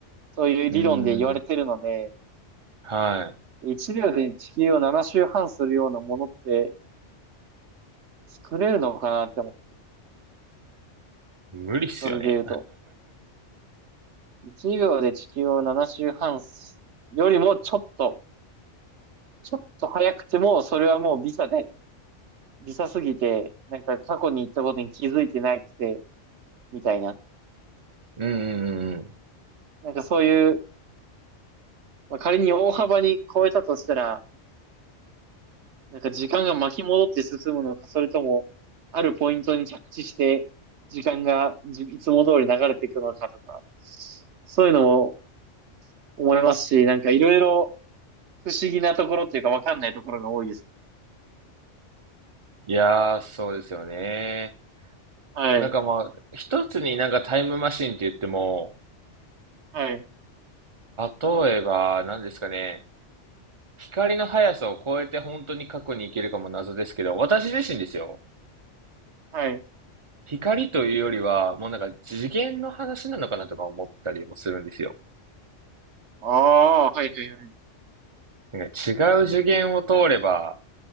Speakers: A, on the right; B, on the right.
A: そういう理論で言われてるので、
B: うーん。は
A: 1秒で地球を7周半するようなものって作れるのかなって思って、
B: い。無理っすよね。
A: それで言うと、1秒で地球を7周半すよりもちょっと、ちょっと早くても、それはもうビザで、ビザすぎて、なんか過去に行ったことに気づいてないくて、みたいな。
B: <laughs> うんうんうんうん。
A: なんかそういう、まあ、仮に大幅に超えたとしたら、なんか時間が巻き戻って進むのか、それとも、あるポイントに着地して、時間がじいつも通り流れていくのかとか、そういうのも思いますし、なんかいろいろ不思議なところっていうかわかんないところが多いですね。
B: いやー、そうですよね。
A: はい。
B: なんかまあ、一つになんかタイムマシンって言っても、
A: はい。
B: 例えば、何ですかね、光の速さを超えて本当に過去に行けるかも謎ですけど、私自身ですよ。
A: はい。
B: 光というよりは、もうなんか次元の話なのかなとか思ったりもするんですよ。
A: ああー、はいはいはい
B: なんか違う次元を通れば、